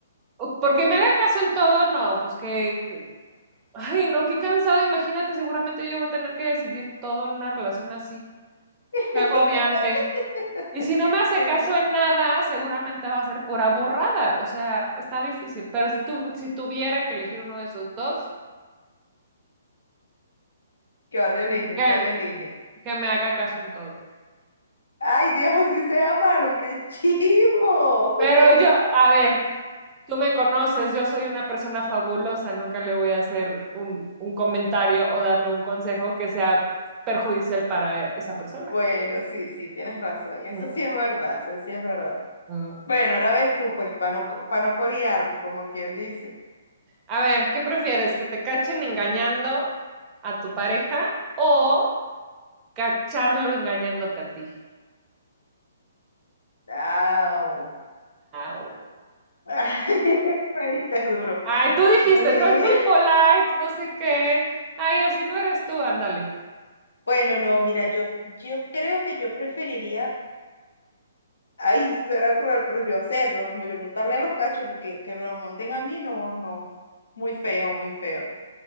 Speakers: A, on the right (about 25°); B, on the left (about 70°).
A: O- Porque me haga caso en todo, no, pues que, ay, no, qué cansado, imagínate, seguramente yo voy a tener que decidir todo en una relación así,
B: <laughs>
A: qué agobiante. Y si no me hace
B: Ay,
A: caso
B: no.
A: en nada, seguramente va a ser por aburrada, o sea, está difícil, pero si tu- si tuviera que elegir uno de esos dos,
B: ¿Cuál elige?
A: que, que-
B: ¿Cuál elige?
A: que me haga caso en todo.
B: Ay, Dios, así sea malo, qué chivo.
A: Pero
B: <laughs>
A: yo, a ver, tú me conoces, yo soy una persona fabulosa, nunca le voy a hacer un un comentario o darle un consejo que sea perjudicial para esa persona.
B: Bueno, sí, sí, tienes razón. Eso
A: Mm,
B: sí es verdad, eso sí es verdad.
A: mm.
B: Bueno, ahora ves tú, pues, para no, co- pa' no colearme, como quien dice.
A: A ver, ¿qué prefieres? ¿Que te cachen engañando a tu pareja o cacharlo engañándote a ti?
B: Chao.
A: Au.
B: <laughs> Me diste duro.
A: Ay, tú dijiste,
B: Eh,
A: estás muy polite, no sé qué. Ay, o si no eres tú, ándale.
B: Bueno, no, mira, yo, yo creo que yo preferiría, ay, será cruel, pero yo hacerlo, como yo montarle a los cachos, porque que me los monten a mí, no, no. Muy feo, muy feo.